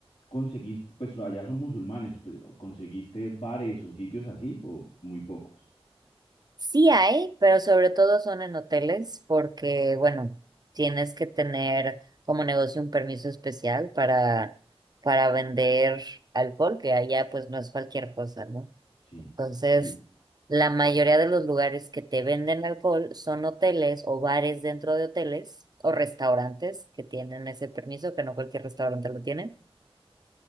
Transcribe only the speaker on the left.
¿conseguiste, pues allá son musulmanes, pero ¿conseguiste bares o sitios así o muy pocos?
Sí,
sí.